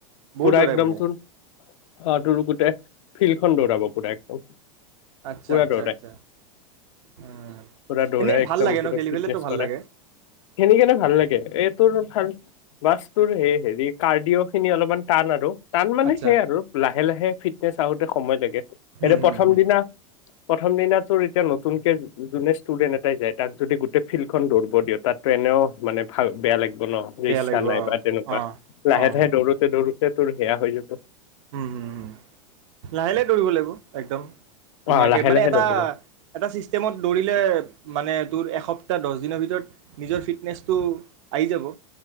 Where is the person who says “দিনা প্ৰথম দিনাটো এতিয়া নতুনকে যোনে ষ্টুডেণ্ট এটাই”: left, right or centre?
Left